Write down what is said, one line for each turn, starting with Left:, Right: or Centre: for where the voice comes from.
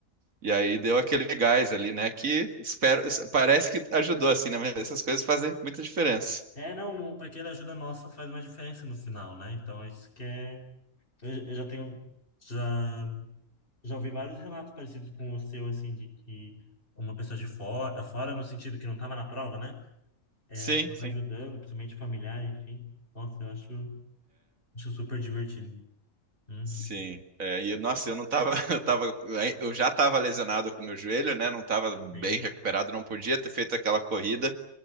Right: E aí deu aquele gás ali, né? Que espero, parece que ajudou assim, né? Mas essas coisas fazem muita diferença.
Left: É, não, uma pequena ajuda nossa faz uma diferença no final, né? Então, é isso que é... Eu, eu já tenho... Já, já ouvi vários relatos parecidos com o seu, assim, de que uma pessoa de fora, fora no sentido que não estava na prova, né? É,
Right: Sim,
Left: acaba
Right: sim.
Left: ajudando, principalmente familiar, enfim. Nossa, eu acho, acho super divertido. Uhum.
Right: Sim, é, e nossa, eu não tava, <laughs> eu tava, eu já tava lesionado com o meu joelho, né? Não tava bem
Left: Sim,
Right: recuperado, não podia ter feito aquela corrida,